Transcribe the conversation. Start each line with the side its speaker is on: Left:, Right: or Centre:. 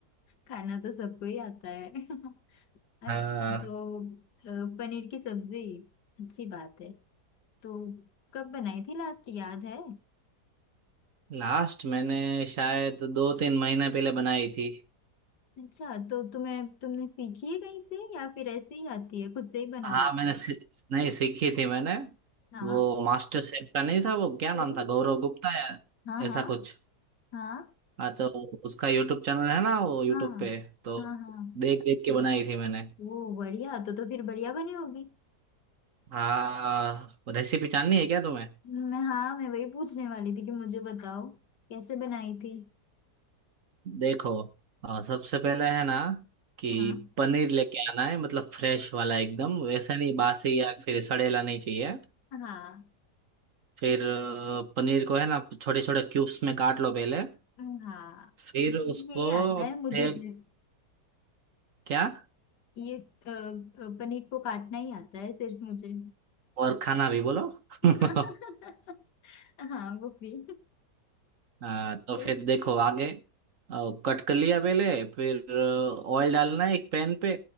Left: खाना तो सबको ही आता है <laughs> अच्छा
Right: हाँ
Left: तो अ, पनीर की सब्जी अच्छी बात है तो कब बनाई थी लास्ट याद है
Right: लास्ट मैंने शायद दो तीन महीने पहले बनाई थी
Left: अच्छा तो तुम्हें तुमने सीखी है कहीं से या फिर ऐसे ही आती है खुद से ही बना
Right: हाँ
Left: लेती
Right: मैंने
Left: हो
Right: सी, नहीं सीखी थी मैंने
Left: हाँ
Right: वो मास्टर शेफ का नहीं था वो क्या नाम
Left: ओह,
Right: था गौरव गुप्ता या
Left: हाँ
Right: ऐसा
Left: हाँ
Right: कुछ
Left: हाँ
Right: हाँ तो उसका यूट्यूब चैनल है ना वो यूट्यूब
Left: हाँ
Right: पे तो
Left: हाँ हाँ
Right: देख देख के बनाई थी मैंने
Left: वो बढ़िया तो तो फिर बढ़िया बनी होगी
Right: हाँ रेसिपी जाननी है क्या तुम्हें
Left: मैं हाँ मैं वही पूछने वाली थी कि मुझे बताओ कैसे बनाई थी
Right: देखो अ, सबसे पहले है ना कि
Left: हाँ
Right: पनीर लेके आना है मतलब फ्रेश वाला एकदम वैसा नहीं बासी या फिर सड़ेला नहीं चाहिए
Left: हाँ
Right: फिर अ, पनीर को है ना छोटे छोटे क्यूब्स में काट लो पहले
Left: हाँ हाँ,
Right: फिर उसको
Left: ये आता है मुझे
Right: तेल
Left: सिर्फ
Right: क्या
Left: ये अ, अ, पनीर को काटना ही आता है सिर्फ मुझे
Right: और खाना भी बोलो
Left: <laughs>
Right: <laughs>
Left: हाँ वो भी
Right: हाँ तो
Left: फिर
Right: फिर देखो आगे कट कर लिया पहले फिर ऑयल डालना है एक पैन पे